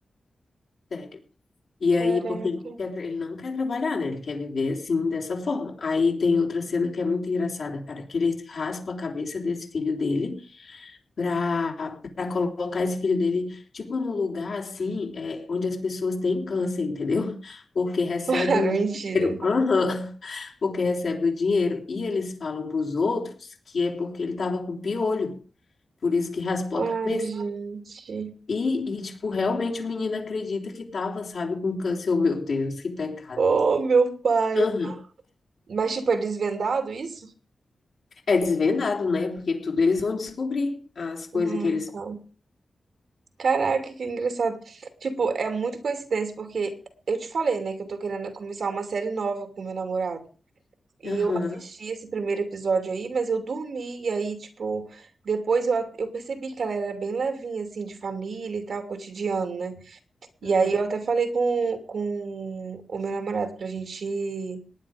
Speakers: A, on the left; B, on the right.
A: sério. E
B: Caraca.
A: aí, porque ele não quer, tra- ele não quer trabalhar, né? Ele quer viver assim, dessa forma. Aí tem outra cena que é muito engraçada, cara, que ele raspa a cabeça desse filho dele. para para colocar esse filho dele, tipo, num lugar assim, é, onde as pessoas têm câncer, entendeu? Porque recebe
B: <laughs> Cara,
A: um dinheiro,
B: mentira.
A: aham, <laughs> porque recebe o dinheiro e eles falam para os outros que é porque ele estava com piolho, por isso que raspou a cabeça.
B: Ai, gente.
A: E, e, tipo, realmente o menino acredita que tava, sabe, com câncer. Oh, meu Deus, que pecado.
B: Oh, meu pai.
A: Aham.
B: Mas, tipo, é desvendado isso?
A: É desvendado, né? Porque tudo eles vão descobrir as coisas
B: Ah,
A: que eles
B: tá.
A: fazem.
B: Caraca, que engraçado. Tipo, é muito coincidência, porque eu te falei, né, que eu tô querendo começar uma série nova com meu namorado. E
A: Aham.
B: eu assisti esse primeiro episódio aí, mas eu dormi, e aí, tipo, depois eu, a- eu percebi que ela era bem levinha, assim, de família e tal, cotidiano, né? E
A: Aham.
B: aí eu até falei com, com o meu namorado pra gente